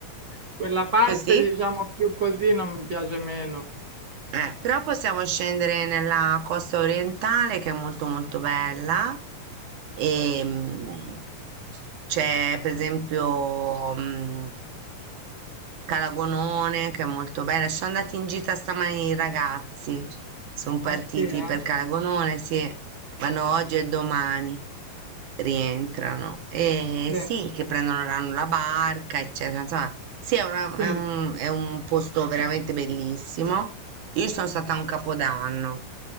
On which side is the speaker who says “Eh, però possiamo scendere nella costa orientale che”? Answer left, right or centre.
Right